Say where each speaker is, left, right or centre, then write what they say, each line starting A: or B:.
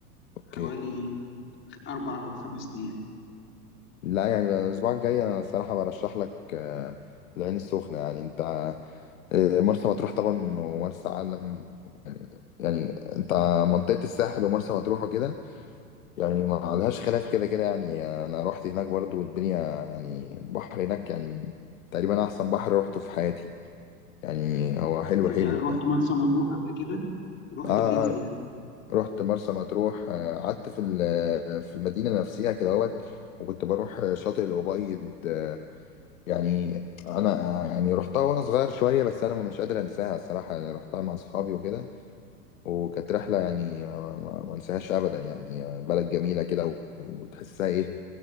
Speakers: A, on the left (about 55°); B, on the left (about 25°).
A: اوكي
B: حوالي اربع او خمس ايام
A: لا يعني بقى الاسبوع الجاي انا الصراحه برشح لك آه، العين السخنه يعني انت آه، مرسى مطروح طبعا ومرسى علم يعني انت منطقه الساحل ومرسى مطروح وكده يعني ما لهاش خلاف كده كده يعني انا رحت هناك برضو والدنيا يعني البحر هناك يعني تقريبا احسن بحر روحته في حياتي يعني هو حلو
B: انت
A: حلو
B: رحت
A: يعني
B: مرسى مطروح قبل كده رحت
A: اه
B: فين فيها
A: رحت مرسى مطروح آه، قعدت في ال- في المدينة نفسها كده اهوت وكنت بروح شاطئ الأبيض آه، يعني انا آه، يعني رحتها وانا صغير شوية بس انا مش قادر انساها الصراحة يعني رحتها مع اصحابي وكده وكانت رحلة يعني ما ما- ما انساهاش أبدا يعني بلد جميلة كده وتحسها إيه